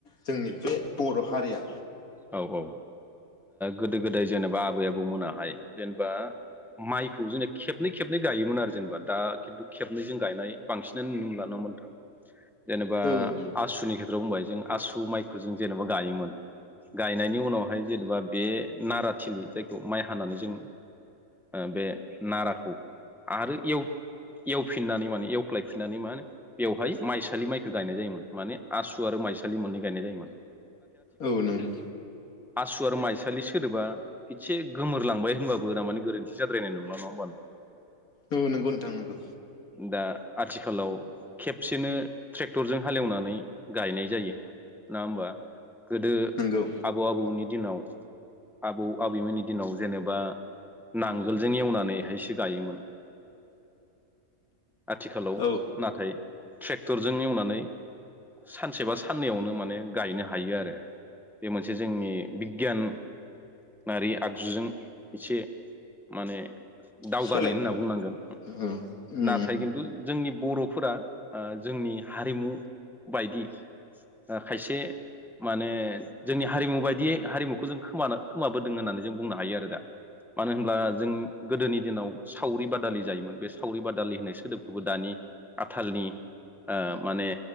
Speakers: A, on the left (about 75°); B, in the centre.
A: जोंनि बे बर' हारिया
B: औ औ गोदो ओ गोदाय जेनेबा आबै आबौमोनाहाय जेनेबा माइखौ जोंना खेबनै खेबनै गायोमोन आरो जेनेबा दा खिन्थु खेबनैजों गायनाय बांसिनानो नु मोनला नङा होनबा नोंथां जेनेबा
A: औ नंगौ
B: आसुनि खेथ्राव बुंबाय जों आसु माइखौ जों जेनेबा गायोमोन गायनायनि उनावहाय जेनेबा बे नाराथिलि जायखौ माइ हानानै जों बे नाराखौ आरो एवफिननानै माने एवख्लायफिननानै मा होन बेवहाय माइसालि माइखौ गायनाय जायोमोन माने आसु आरो माइसालि मोननै गायनाय जायोमोन
A: औ नंगौ
B: आसुआ माइसालि सोदोबा एसे गोमोरलांबाय होनबाबो थारमाने गोरोन्थि जाद्रायनाय नङा नङा होमबा नोंथां
A: औ नंगौ नोंथां नंगौ
B: दा आथिखालाव बिसोरनो ट्रेक्टरजों हालेवनानै गायनाय जायो नङा होमबा गोदो
A: नंगौ
B: आबौ आबैनि दिनाव आबौ आबैमोननि दिनाव जेनेबा नांगोलजों एवनानैहायसो गायोमोन आथिखालाव
A: औ
B: नाथाय ट्रेक्टरजों एवनानै सानसे सानसेबा साननैयावनो माने गायनो हायो आरो बे मोनसे जोंनि गियानारि आदब <unintelligible> जुजों एसे माने दावगानाय
A: सोलायबोबाय
B: होनना बुंनांगोन
A: औ उम
B: नाथाय खिन्थु जोंनि बर'फोरा जोंनि हारिमु बायदि खायसे माने जोंनि हारिमु बायदियै हारिमुखौ जों खोमाबोदों होननानै जों बुंनो हायो आरो दा मानो होनब्ला जों गोदोनि दिनाव सावरि बादालि जायोमोन बे सावरि बादालि होननाय सोदोबखौबो दानि आथालनि माने